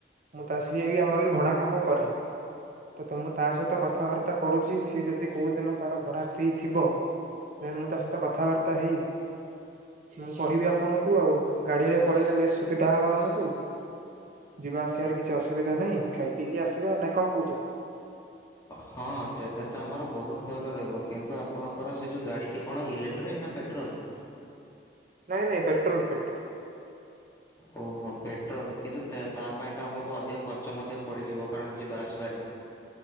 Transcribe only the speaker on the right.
ମୁଁ ତା ସିଏ ବି ଆମର ଏ ଭଡା କାମ କରେ। ତ ତ ମୁଁ ତା ସହିତ କଥା ବାର୍ତ୍ତା କରୁଚି ସିଏ ଯଦି କୋଉ ଦିନ ତାର ଭଡ଼ା ଫ୍ରି ଥିବ ନା ମୁଁ ତା ସହିତ କଥା ବାର୍ତ୍ତା ହେଇ ମୁଁ କହିବି ଆପଣଙ୍କୁ ଆଉ। ଗାଡିରେ ପଳେଇଲେ ବେଶ୍ ସୁବିଧା ହବ ଆମକୁ। ଯିବା ଆସିବାରେ କିଛି ଅସୁବିଧା ନାଇଁ ଖାଇ ପିଇକି ଆସିବା ନା କଁ କହୁଛନ୍ତି?
ନାଇଁ ନାଇଁ ପେଟ୍ରୋଲ୍ ପେଟ୍ରୋଲ୍।